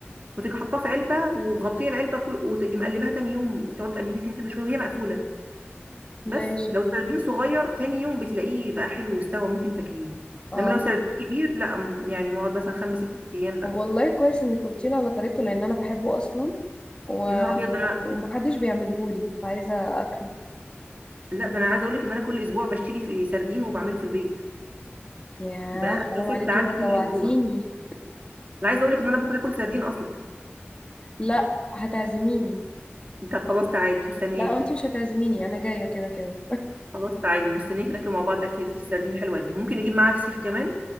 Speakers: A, on the right; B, on the left.
A: وتيجي حاطاه في علبه ومغطيه العلبه كل- وتيجي مقلباها تاني يوم تقعد تقلبي فيها كده شويه وهي مقفوله بس
B: لا يا شيخ
A: لو سردين صغير تاني يوم بتلاقيه بقى حلو واستوى ممكن تاكليه
B: اه
A: انما لو سردين كبير لا م- يعني مقعد مثلا خمس ست ايام بقى
B: طب والله كويس انك قلتي لي على طريقته لان انا بحبه اصلا و...
A: يا نهار ابيض ده انا
B: ومحدش بيعملهولي فعايزة اكله
A: لا ده انا عايزه اقول لك ان انا كل اسبوع بشتري في سردين وبعمله في البيت
B: يا
A: بقى اكله
B: حرام
A: ثابته
B: عليكي
A: عندي
B: بقى
A: كل
B: جوعتيني
A: اسبوع انا عايزه اقول لك ان انا بكره اكل سردين اصلا
B: لا هتعزميني
A: انت خلاص تعالي مستنياكي
B: لا انت مش هتعزميني انا جاية كده كده
A: خلاص تعالي مستنياكي ناكله مع بعض اكله السردين الحلوه دي وممكن نجيب معاها فسيخ كمان